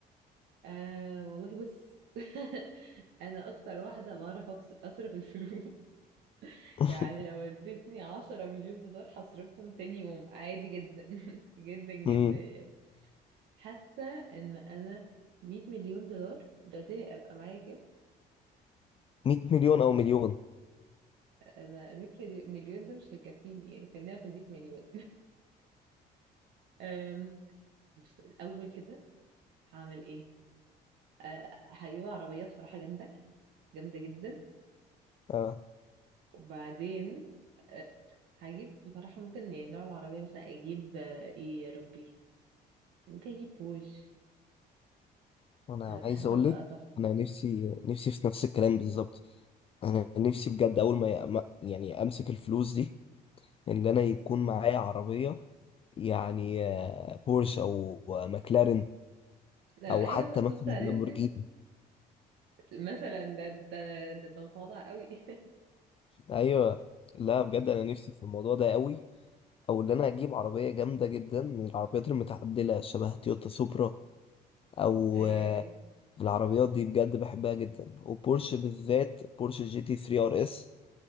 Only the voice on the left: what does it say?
<laughs>
مم،
مية مليون او مليون
<laughs>
انا
عايز
اقول لك
انا نفسي نفسي في نفس الكلام بالظبط انا نفسي بجد اول ما ما- يعني امسك الفلوس دي ان انا يكون معايا عربيه يعني آه، بورش او آه، ماكلارين
او
حتى
مثلا
لامبورجيني
ايوه لا بجد انا نفسي في الموضوع ده قوي او ان انا اجيب عربيه جامده جدا من العربيات المتعدله شبه تويوتا سوبرا او
آه،
العربيات دي بجد بحبها جدا وبورش بالذات بورش جي تي 3 ار اس